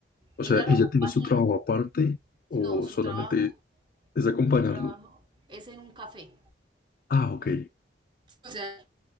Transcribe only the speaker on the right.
ella
lo
acompaña.
No, su
trabajo
su trabajo es en un café.
O sea,